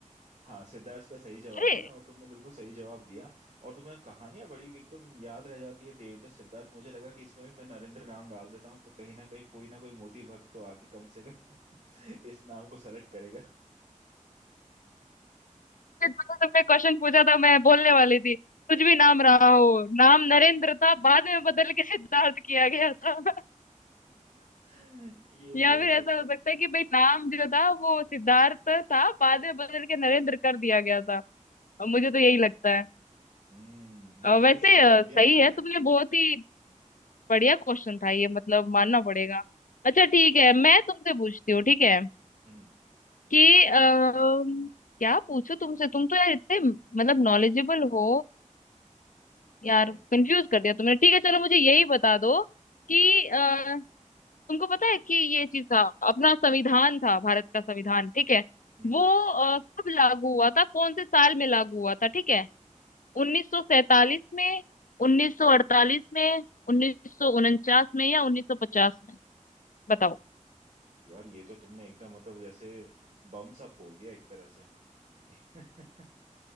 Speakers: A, on the right; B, on the left.
A: हाँ सिद्धार्थ का सही जवाब
B: अरे
A: है और तुमने बिल्कुल सही जवाब दिया और तुम्हें कहानियां बड़ी भी एकदम याद रह जाती है देवदत्त सिद्धार्थ मुझे लगा कि इसमें भी मैं नरेंद्र नाम डाल देता हूँ तो कहीं ना कहीं कोई ना कोई मोदी भक्त तो आके कम से कम <laughs> इस नाम को सेलेक्ट करेगा
B: जो तुमने क्वेश्चन पूछा था मैं बोलने वाली थी कुछ भी नाम रहा हो नाम नरेंद्र था बाद में बदल के सिद्धार्थ किया गया था <laughs>
A: <laughs> ये भी
B: या
A: हो
B: फिर
A: सकता
B: ऐसा हो
A: है
B: सकता है कि भाई नाम जो था वो सिद्धार्थ था बाद में बदल के नरेंद्र कर दिया गया था और मुझे तो यही लगता है
A: हम्म नहीं
B: अ,
A: लेकिन
B: वैसे
A: सही
B: अ,
A: जवाब
B: सही
A: दिया तुमने
B: है
A: यार
B: तुमने बहुत ही बढ़िया क्वेश्चन था ये मतलब मानना पड़ेगा अच्छा ठीक है मैं तुमसे पूछती हूँ ठीक है
A: हम्म
B: कि अ, क्या पूछो तुमसे तुम तो यार इतने मतलब नॉलेजेबल हो यार
A: नहीं
B: कंफ्यूज
A: यार
B: कर दिया तुमने ठीक है चलो मुझे यही बता दो कि अ, तुमको पता है कि ये चीज था अपना संविधान था भारत का संविधान ठीक है
A: हम्म
B: वो
A: हम्म।
B: अ, कब लागू हुआ था कौन से साल में लागू हुआ था ठीक है 1947 में 1948 में 1949 में या 1950 में बताओ
A: यार ये तो तुमने एकदम मतलब जैसे बम सा फोड़ दिया एक तरह से <laughs>